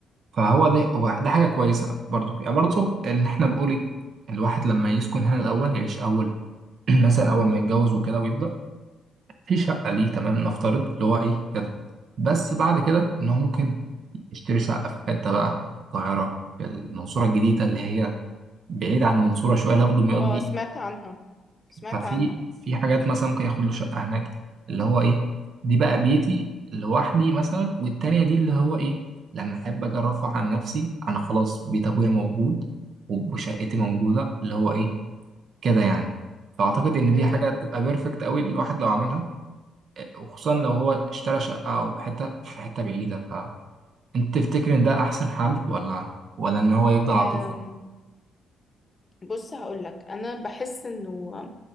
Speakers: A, on the right; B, on the left.
A: فهو ده هو ده حاجة كويسة برضو يعني برضو إن إحنا بنقول إيه الواحد لما يسكن هنا الأول يعيش أول <clears throat> مثلا أول ما يتجوز وكده ويبدأ في شقة ليه تمام نفترض اللي هو إيه كده بس بعد كده إن هو ممكن يشتري شقة في حتة بقى في القاهرة في المنصورة الجديدة اللي هي بعيد عن المنصورة شوية لابد ما يقضي
B: اه سمعت عنها سمعت
A: ففي
B: عنها
A: في حاجات مثلا ممكن ياخد له شقة هناك اللي هو ايه دي بقى بيتي لوحدي مثلا والتانية دي اللي هو ايه لما احب اجي ارفه عن نفسي انا خلاص بيت ابويا موجود وشقتي موجودة اللي هو ايه كده يعني فاعتقد ان
B: امم
A: دي حاجة تبقى بيرفكت قوي الواحد لو عملها وخصوصا لو هو اشترى شقة او حتة في حتة بعيدة فانت تفتكر ان ده احسن حل ولا ولا ان هو يفضل
B: أم،
A: على طول في
B: بص هقولك انا بحس انه